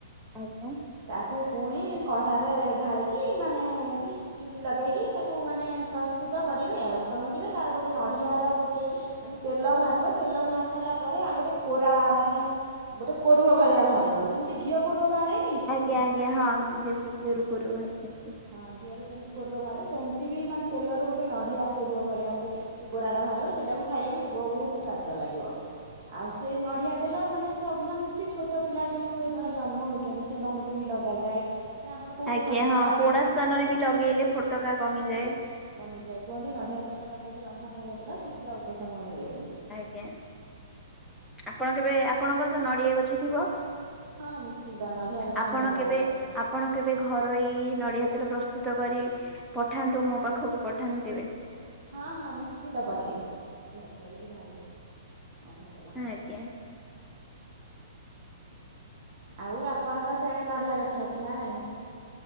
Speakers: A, in the centre; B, on the right (about 45°).
A: ଆଜ୍ଞା।
B: ତାକୁ ପୁଣି କଢାରେ ଢାଳିକି ମାନେ ଚୁଲି ଲଗେଇକି ତାକୁ ମାନେ ପ୍ରସ୍ତୁତ କରିବେ ଆଉ କହ କିମି ତାର ଗୋଟେ ନଡିଆ ର ଗୋଟେ ମାନେ ତେଲ ବାହାରିବ ତେଲ ବାହାରି ସାରିଲା ପରେ ଆଉ ଗୋଟେ କୋରା ମାନେ ଗୋଟେ କୋରୁଅ ଭଳିଆ ବାହାରିବ ଯେମିତି ଘିଅ କୋରୁଅ ବାହାରେ?
A: ଆଜ୍ଞା ଆଜ୍ଞା ହଁ ଯେମତି ଘିଅରୁ କୋରୁଅ ବାହାରେ।
B: ହଁ ଘିଅରୁ ଯେମିତି କୋରୁଅ ବାହାରେ ସେମିତି ବି ମାନେ ତେଲରୁ ଗୋଟେ ନଡିଆ କୋରୁଅ ଭଳିଆ ଗୋଟେ ସେ କୋରାଟା ବାହାରିବ ସେଇଟାକୁ ଖାଇଲେ ବି ବହୁତ ସ୍ଵାଦ ଲାଗିବ। ଆଉ ସେ ନଡିଆ ତେଲ ମାନେ ସବ ମାନେ ଏମତି ଛୋଟ ପିଲା ଯୋଉ ଧର ଜନ୍ମ ହଉ ଚନ୍ତି ସେମାନଙ୍କୁ ବି ଲଗାଯାଏ କି ଆମର କୋଉଠି
A: ଆଜ୍ଞା
B: ଖଣ୍ଡିଆ
A: ହଁ ପୋଡା ସ୍ଥାନରେ ବି ଲଗେଇଲେ ଫୋଟକା କମିଯାଏ।
B: କମିଯାଏ କୁହନ୍ତି ନଡିଆ ତେଲ ଲଗେଇଲେ ରନ୍ଧା ନଡିଆ ତେଲ ଶୀଘ୍ର ଉପଶମ ମିଳେ ବୋଲି।
A: ଆଜ୍ଞା ଆପଣ କେବେ ଆପଣଙ୍କର ତ ନଡ଼ିଆ ଗଛ ଥିବ?
B: ହଁ ନିଶ୍ଚିନ୍ତ ନଡିଆଗଛ
A: ଆପଣ
B: ଆମର ବାଡ଼ିରେ
A: କେବେ
B: ଅଛି।
A: ଆପଣ କେବେ ଘରୋଇ ନଡ଼ିଆ ତେଲ ପ୍ରସ୍ତୁତ କରି ପଠାନ୍ତୁ ମୋ ପାଖକୁ ପଠାନ୍ତୁ କେବେ।
B: ହଁ ହଁ ନିଶ୍ଚିନ୍ତ ପଠେଇବି ତିଆରି କରିକି ଘରେ। ନଡିଆ ତେଲ
A: ହଁ ଆଜ୍ଞା।
B: ଆଉ ଆପଣଙ୍କ ସିଆଡ଼େ ନଡିଆ ଗଛ ଅଛି ନା ନାଇଁ?